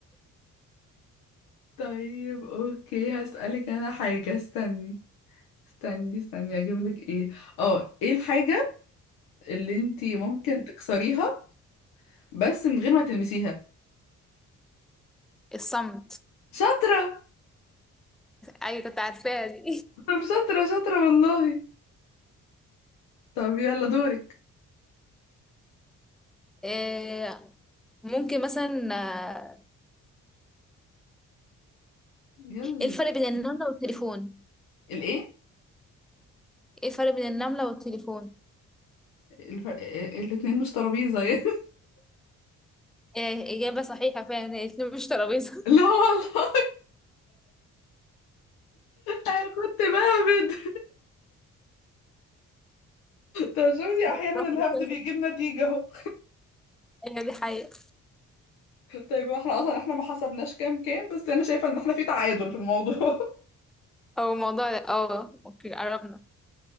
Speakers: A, on the left; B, in the centre.
A: طيب اوكي هسألك انا حاجة استني استني استني اجيب لك ايه اه ايه الحاجة اللي انتي ممكن تكسريها بس من غير ما تلمسيها
B: الصمت
A: شاطرة
B: ايوه كنت عارفاها دي
A: طب شاطرة شاطرة والله طب يلا دورك
B: <laughs> آه ممكن مثلا آه،
A: يلا
B: ايه الفرق بين النملة والتليفون
A: الايه
B: ايه الفرق بين النملة والتليفون
A: الفرق... الاتنين مش ترابيزة يعني
B: إيه، إجابة صحيحة فعلا <laughs> هي الاتنين مش ترابيزة
A: <laughs> لا والله انا كنت بهبد طب شفتي
B: <laughs>
A: احيانا الهبد بيجيب نتيجة اهو
B: هي دي حقيقة
A: طيب احنا اصلا احنا ما حسبناش كام كام بس انا شايفة ان احنا في تعادل في الموضوع <laughs>
B: أو الموضوع ده اه اوكي قربنا